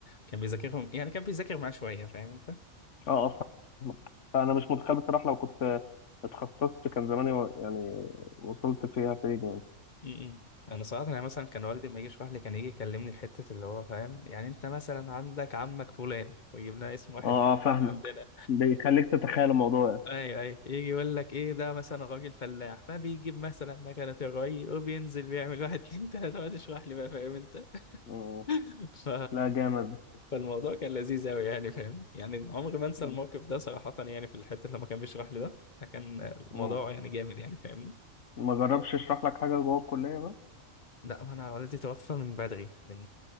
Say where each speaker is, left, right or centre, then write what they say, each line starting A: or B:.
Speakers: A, on the left (about 40°); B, on the left (about 65°).
A: كان بيذاكرهم يعني كان بيذاكر معاه شويه فاهم انت
B: اه آه، فانا مش متخيل بصراحه لو كنت اتخصصت كان زماني و- يعني وصلت فيها فين يعني
A: م-م. انا صراحه يعني مثلا كان والدي لما يجي يشرح لي كان يجي يكلمني في حته اللي هو فاهم يعني انت مثلا عندك عمك فلان ويجيب لنا اسم واحد
B: اه
A: من
B: آه،
A: الناس
B: فاهمك
A: عندنا
B: بيخليك تتخيل الموضوع يعني
A: اي اي يجي يقول لك ايه ده مثلا راجل فلاح فبيجيب مثلا مكنه الري وبينزل بيعمل واحد <laughs> اتنين تلاته وقعد يشرح لي بقى فاهم انت
B: مم.
A: <laughs> ف...
B: لا جامد
A: فالموضوع كان لذيذ قوي يعني فاهم يعني عمري ما انسى
B: مم.
A: الموقف ده صراحه يعني في الحته لما كان بيشرح لي ده كان الموضوع
B: مم.
A: يعني جامد يعني فاهمني
B: ما جربش اشرح لك حاجه جوه الكليه بقى
A: لا انا والدي توفى من بدري من